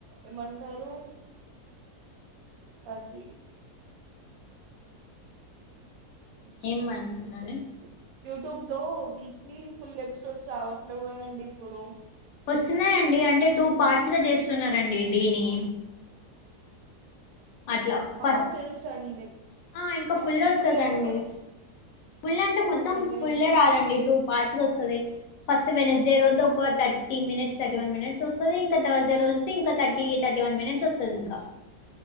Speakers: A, on the right; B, on the left.
A: ఏమంటారు అది నిమిషం
B: ఏం
A: ఆగు
B: మంటందడి
A: గుర్తొస్తుంది
B: <unintelligible>
A: యూట్యూబ్ లో వీక్లీ ఫుల్ ఎపిసోడ్స్ రావట్లేవు కదండి ఇప్పుడు
B: వస్తున్నాయండి అంటే టూ పార్ట్స్ గా చేస్తున్నారండి డీని అట్లా ఫస్ట్
A: ఆ తెలుసండి
B: ఆ ఇంకా
A: అవునా
B: వస్తదండి
A: ఫుల్ ఎపిసోడ్స్
B: ఫుల్ అంటే
A: అవునా
B: మొత్తం
A: అండి
B: ఫుల్లే
A: నేను
B: రాదండి టూ పార్ట్స్ గ వస్తది ఫస్ట్ వెనస్డే రోజు ఒక thirty minutes thirty one minutes వస్తది ఇంకా థర్స్డే రోజు ఇంకో థర్టీ థర్టీ వన్ మినిట్ వస్తది ఇంకా